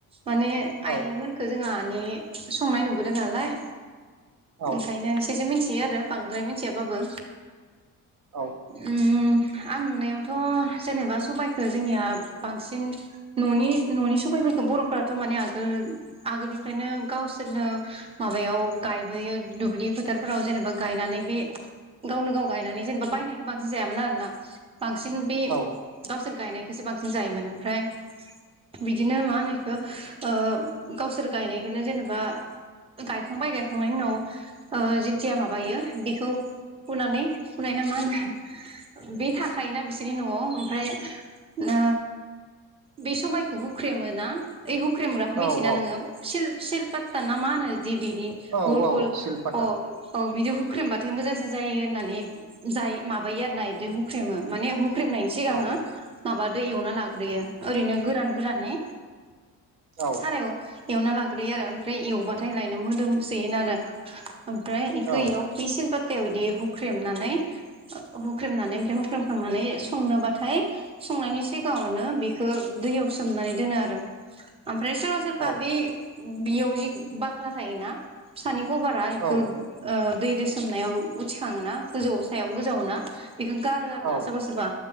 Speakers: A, on the right; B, on the right.
A: माने
B: औ
A: आइमोनखौ जोंहा माने संनाय नुबोदों नालाय
B: औ
A: ओंखायनो एसे एसे मिथियो आरो बांद्राय मिथियाबाबो।
B: औ
A: उम आं नुनायावथ' जेनेबा सबाइखौ जोंनिया बांसिन न'नि न'नि सबाइ बर'फोराथ' माने आगोल आगोलनिफ्रायनो गावसोरनो माबायाव गायबोयो। दुब्लि फोथारफोराव जेनेबा गायनानै बे गावनो गाव गायनानै जेन बायनायखौ बांसिन जायामोन आरोना बांसिन बे
B: औ
A: गावसोर गायनाय बेसेबांसिम जायोमोन। ओमफ्राय बिदिनो मा होनो एखौ ओ गावसोर गायनायखौनो जेनेबा गायखांबाय गायखांनायनि उनाव जिथिया माबायो बेखौ फुनानै फुनायना मा होनो बे थाखायोना बिसोरनि न'आव ओमफ्राय ओ बे सबायाइखौ हुख्रेमो ना एइ हुख्रेमग्राखौ
B: औ
A: मिथियो
B: औ
A: ना नोङो सेल सेल्पाटा ना मा होनो। बिदि बिदि
B: औ
A: गल
B: औ
A: गल
B: सिलपाता
A: अ औ बिदि हुख्रेमबाथाय मोजांसिन जायो होननानै जायो माबायो आरो बिदि हुख्रेमो माने हुख्रेमनायनि सिगांनो
B: औ
A: माबा दै एवना लाग्रोयो ओरैनो गोरान गोरानै
B: औ
A: सारायाव एवना लाग्रोयो आरो ओमफ्राय एवब्लाथाय लायनो मोदोमसोयोनो आरो ओमफ्राय इखौ
B: औ
A: इयाव बेसिलबाताव इदि हुख्रेमनानै
B: <inaudible>
A: हुख्रेमनानै ओमफ्राय हुख्रेमख्रांनानै संनोबाथाय संनायनि सिगाङावनो बेखौ दैयाव सोमनानै दोनो आरो।
B: <inaudible>
A: ओमफ्राय सोरबा सोरबा
B: औ
A: बे बियाव जि बाख्रा थायोना फिसानि कबारा बेखौ
B: औ
A: ओ दैदो सोमनायाव उथिखाङोना गोजौ सायाव गोजावो ना एखौ गारो आरोना
B: औ
A: सोरबा सोरबा।